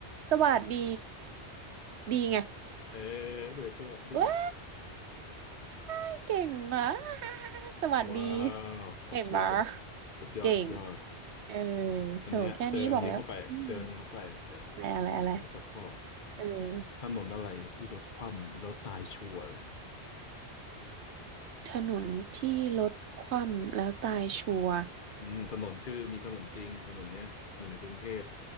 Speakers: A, on the left; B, on the right.
A: โอ้โห
B: สวัสดีดีไง
A: เออหน่วยสวัสดี
B: ว้ายเก่งมากสวัสดี
A: ว้าวตอบถูกว่ะ
B: เก่งบาร์
A: สุดยอดสุดยอด
B: เก่งเออโถแค่นี้บอกแล้วอืม
A: วันเนี้ยเจออันนี้เข้าไปเจออันนี้เข้าไปเดี๋ยว
B: อะไรอะไรอะไร
A: อีกสักข้อ
B: เออ
A: ถนนอะไรที่รถคว่ำแล้วตายชัวร์
B: ถนนที่รถคว่ำแล้วตายชัวร์
A: อืมถนนชื่อมีถนนจริงถนนเนี้ยอยู่ในกรุงเทพ